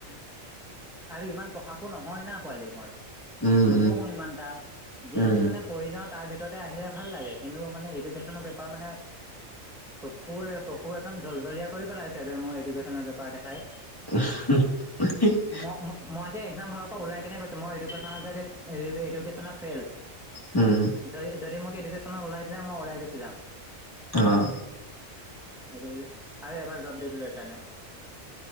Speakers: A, in the centre; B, on the left (about 15°).
A: আৰু ইমান পঢ়াকো নহয় না পোৱালি মই।
B: উম।
A: নপঢ়ো ইমান এটা। যিখিনি
B: উম উম
A: মানে পঢ়ি যাওঁ তাৰ ভিতৰতে আহিলে ভাল লাগে, কিন্তু মানে এডুকেশ্যনৰ পেপাৰ মানে চকুৰে চকু একদম জলজলিয়া কৰি পেলাইছে বে মোৰ এডুকেশ্যনৰ পেপাৰ দেখাই।
B: <unintelligible>
A: ম-ম-মই যে একজাম হলৰ পৰা ওলাই কেনে কৈছো মই এডুকেশ্বন যদি, এ-এডুকেশ্বনত ফেইল।
B: উম।
A: যদি-যদি মোক এডুকেশ্বনত ওলাই দিলে মই ওলাই গুছি যাম।
B: অ'।
A: <unintelligible> আৰু এবাৰ ড্ৰপ দিলোঁ এইকাৰণে।